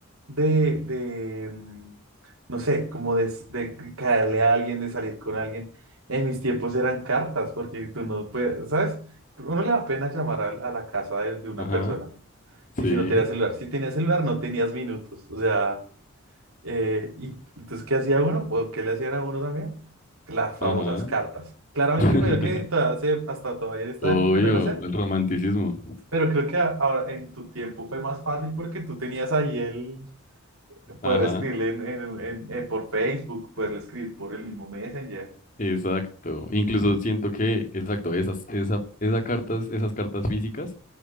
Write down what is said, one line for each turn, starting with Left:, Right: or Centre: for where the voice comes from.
Right: de, de, mm, no sé, como de, s- de caerle a alguien, de salir con alguien? En mis tiempos eran cartas, porque tú no puedes, ¿sabes? Uno le da pena llamar a, a la casa de, de una
Left: Ajá,
Right: persona. Y
Left: sí,
Right: si no tenía celular, si tenías celular no tenías minutos, o sea... Eh, y entonces, ¿qué hacía uno? ¿O qué le hacían a uno también? Las famosas
Left: ajá.
Right: cartas. Claramente,
Left: <laughs>
Right: primero que todavía se- hasta todavía en esta
Left: Obvio,
Right: época lo van a hacer,
Left: el romanticismo.
Right: pero creo que a- ahora en tu tiempo fue más fácil porque tú tenías ahí el
Left: Ajá,
Right: poder escribirle en, en- en- en- por Facebook, poder escribir por el mismo Messenger.
Left: exacto. Incluso siento que, exacto, esas, esa, esa cartas, esas cartas físicas,